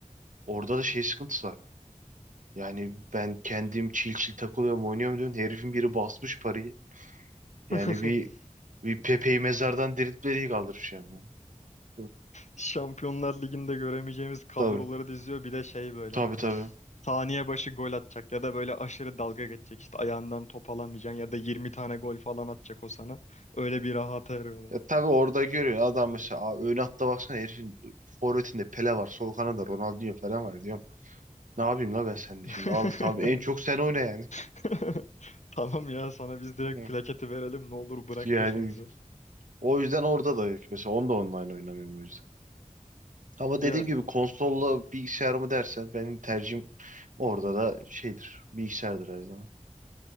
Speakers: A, on the right (about 75°); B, on the left (about 60°).
A: Orada da şey sıkıntısı var. Yani ben kendim çil çil takılıyorum oynuyorum diyorum. Herifin biri basmış parayı. Yani
B: <laughs>
A: bir bir Pepe'yi mezardan diriltmediği kaldırmış yani. Hı.
B: Şampiyonlar Ligi'nde göremeyeceğimiz kadroları
A: Tabii
B: diziyor. Bir de şey böyle
A: tabii
B: hani
A: tabii.
B: saniye başı gol atacak ya da böyle aşırı dalga geçecek. İşte ayağından top alamayacaksın ya da 20 tane gol falan atacak o sana. Öyle bir rahata eriyorlar.
A: Ya tabii orada görüyor adam mesela "Aa, ön hatta baksana herifin forvetinde Pele var, sol kanada Ronaldinho falan var diyor. Ne yapayım la ben sende
B: <laughs>
A: şimdi? Al tabii en çok sen oyna yani.
B: <laughs> Tamam ya sana biz direkt
A: Hı.
B: plaketi verelim ne olur bırak
A: Yani
B: peşimizi.
A: o yüzden orada da mesela onu da online oynamıyorum o yüzden. Ama
B: Ya
A: dediğim gibi konsolla bilgisayar mı dersen benim tercihim orada da şeydir. Bilgisayardır her zaman.